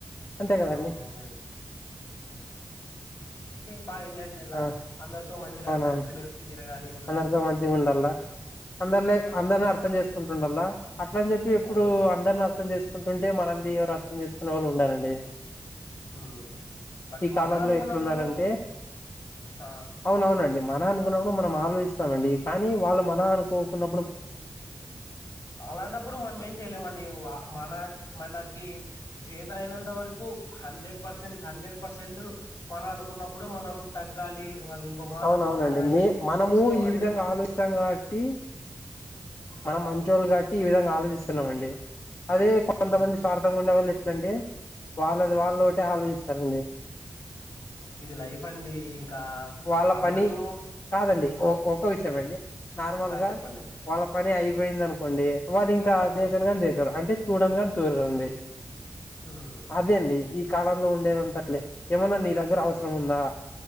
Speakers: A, on the left; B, on the left.
A: అంతే కదండి
B: అవునవునండి బ ఎన్ వచ్చేలా
A: ఆ
B: అందరితో మంచిగా
A: అవునవును
B: కలిసిమెెలిసి తిరగాలి ఉండాలి
A: అందరితో మంచిగా ఉండాల అందరిలే అందరిని
B: అవును.
A: అర్థం చేసుకుంటుండల్లా అట్ల అని చెప్పి ఎప్పుడు
B: అవునండి
A: అందరిని అర్థం చేసుకుంటుంటే మనల్ని ఎవరు అర్థం చేసుకునే వాళ్ళు ఉండారండి,
B: ఉమ్ బట్
A: ఈ కాలంలో
B: మన అనుకున్నప్పుడు
A: ఎట్లున్నారంటే
B: ఆ
A: అవునవునండి మనం అనుకున్నప్పు మనం ఆలోచిస్తామండి కానీ వాళ్ళు మన అనుకోకున్న
B: అలాంటప్పుడు మనం ఏం చెయలేమండి మన మనకి చేతల అయినంత వరకు హండ్రెడ్ పర్సెంట్ హండ్రెడ్ పర్సెంట్ మనం అనుకున్నప్పుడు మనం తగ్గాలి వాళ్ళు ఇంకో మాటన్న
A: అవునవునండి
B: పడాలి
A: మీ మనము
B: తీసుకోవాలి
A: ఈ విధంగా ఆలోచిస్తాం కాబట్టి మనం
B: అవును
A: మంచిళ్ళు కాట్టి ఈ విధంగా ఆలోచిస్తం స్తున్నామండి అదే కొంతమంది
B: ఉమ్
A: స్వార్థంగా ఉండేవాళ్ళు ఎట్లండి వాళ్ళ వాళ్ళు అట్టే ఆలోచిస్తారంండి
B: ఇది లైఫ్ అండి ఇంకా
A: వాళ్ళ
B: అందరూ
A: పని కాదండి ఒ ఒక విషయం అండి నార్మల్ గా
B: చెప్పండి
A: వాళ్ళ పని అయిపోయింది అనుకోండి వాళ్ళు ఇంకా దేకను
B: ఆ
A: కాని దేక్కరు చూడ కాని చూరుదంది
B: ఉమ్
A: అదే అండి ఈ కాలంలో ఉండేదంతట్లే ఏమన్నా నీ దగ్గర
B: అదే
A: అవసరం
B: అండి
A: ఉందా